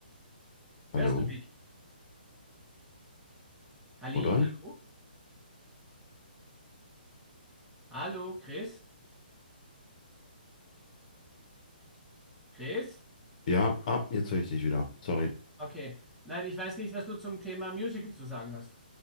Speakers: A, on the left; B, in the centre.
A: Hallo?
B: hörst du mich? Halli,
A: Rudolf?
B: hallo, hallo, Chris, Chris?
A: Ja, ah, jetzt höre ich dich wieder. Sorry.
B: Okay. Nein, ich weiß nicht, was du zum Thema Musical zu sagen hast.